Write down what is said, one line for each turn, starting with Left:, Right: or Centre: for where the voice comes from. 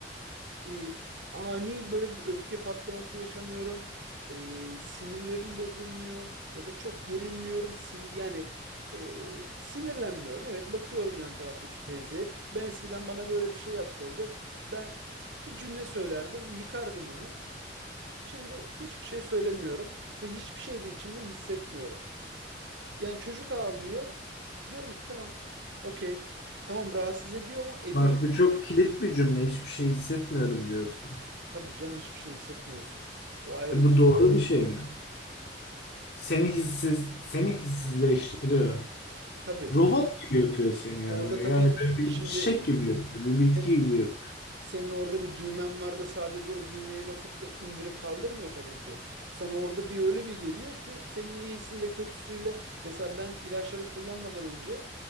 Right: e, ani böyle bir öfke patlaması yaşamıyorum. Ee, sinirlerim bozulmuyor ya da çok gerilmiyorum. Sin yani e, sinirlenmiyorum. Evet bakıyorum yan taraftaki teyzeye. Ben eskiden bana böyle bir şey yapsaydı ben bir cümle söylerdim, yıkardım onu. Şimdi hiçbir şey söylemiyorum ve hiçbir şey de içimde hissetmiyorum. Yani çocuk ağlıyor. Diyorum ki tamam. Okey. Tamam rahatsız ediyor mu? Ediyor.
Left: Bak bu çok kilit bir cümle. Hiçbir şey hissetmiyorum diyorsun.
Right: Tabii canım hiçbir şey hissetmiyorsun. O ayrı
Left: E,
Right: bir
Left: bu
Right: şey.
Left: doğru bir şey mi? Seni hissiz, seni hissizleştiriyor.
Right: Tabii.
Left: Robot gibi yapıyor seni yani.
Right: Orada tabii
Left: Yani
Right: ki şi-
Left: böyle bir
Right: şimdi
Left: çiçek gibi yapıyor, bir bitki
Right: sen-
Left: gibi yapıyor.
Right: senin orada bir düğmen var da sadece o düğmeyi basıp da indirip kaldırmıyor tabii ki. Sana orada bir öyle bir geliyor ki senin iyisiyle kötüsüyle mesela ben ilaçları kullanmadan önce